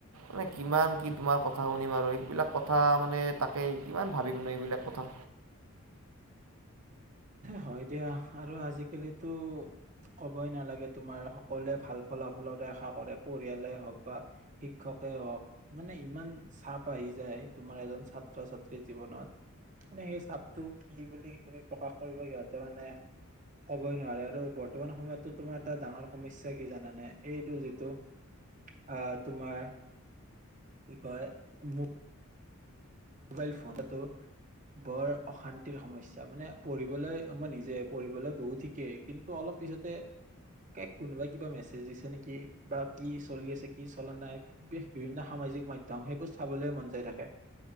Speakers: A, on the right (about 85°); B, on the right (about 35°).
A: মানে কিমান, কি তোমাৰ কথা শুনিম আৰু, সেইবিলাক কথা মানে তাকে কিমান ভাবি এইবিলাক কথা।
B: হয়, দিয়া আৰু আজিকালিতো ক'বই নালাগে, তোমাৰ সকলোৱে ভাল ফলাফলতে আশা কৰে, পৰিয়ালে হওঁক বা শিক্ষকে হওঁক, মানে ইমান চাপ আহি যায় তোমাৰ এজন ছাত্ৰ ছাত্ৰী জীৱনত, মানে সেই চাপটো কি বুলি তুমি প্ৰকাশ কৰিব সিহঁতে মানে ক'বই নোৱাৰে আৰু বৰ্তমান সময়ততো তোমাৰ এটা ডাঙৰ সমস্যা কি জানানে? এইটো যিটো আ, তোমাৰ কি কয়, <unintelligible> মোবাইল ফোন <inaudible> বৰ অশান্তিৰ সমস্যা, মানে পঢ়িবলৈ মই নিজে পঢ়িবলৈ বহু শিকে কিন্তু অলপ পিছতে কোনোবাই কিবা মেছেজ দিছে নেকি, বা কি চলি আছে, কি চলা নাই, বিভিন্ন সামা জিক মাধ্যম সেইবোৰ চাবলৈ মন যায় থাকে।